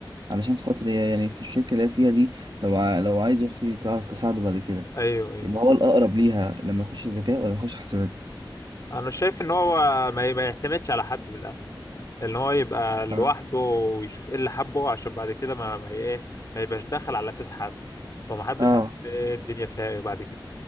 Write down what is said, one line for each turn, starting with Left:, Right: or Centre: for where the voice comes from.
Right: علشان خاطر هي يعني في الشركة اللي هي فيها دي لو ع- لو عايز أختي تعرف تساعده بعد كده
Left: ايوه ايوه
Right: يبقى هو الأقرب ليها لما يخش الذكاء ولا يخش حسابات
Left: انا شايف ان هو ما ما يعتمدش على حد من الاخر ان هو يبقى لوحده
Right: اه
Left: ويشوف ايه اللي حبه عشان بعد كده ما ما ايه ما يبقاش داخل على اساس حد وما حدش
Right: اه
Left: عارف ايه الدنيا فيها ايه بعد كده